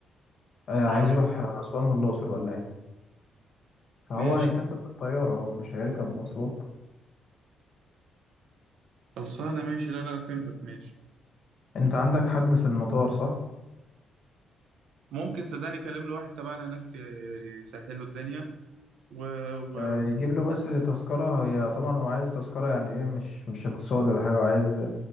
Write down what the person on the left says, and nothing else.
آه، عايز
يروح أسوان والأقصر ولا ايه فهو
هيسافر بالطيارة هو مش هيركب مواصلات
انت عندك حد في المطار صح
آه،
يجيب له بس تذكرة هي طبعا هو عايز تذكرة يعني ايه مش مش اقتصادي ولا حاجة هو عايز